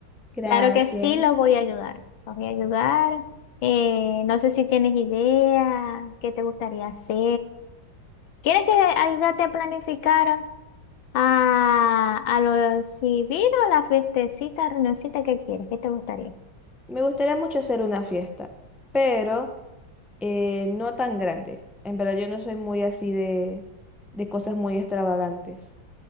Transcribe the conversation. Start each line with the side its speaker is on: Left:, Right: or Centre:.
Centre: Gracias.
Left: Claro que sí, los voy a ayudar. Los voy a ayudar. Eh, no sé si tienes idea, qué te gustaría hacer. ¿Quieres que ayudarte a planificar a, a lo civil o la fiestecita, reunioncita que quieres? ¿Qué te gustaría?
Centre: Me gustaría mucho hacer una fiesta, pero Eh, no tan grande. En verdad yo no soy muy así de, de cosas muy extravagantes.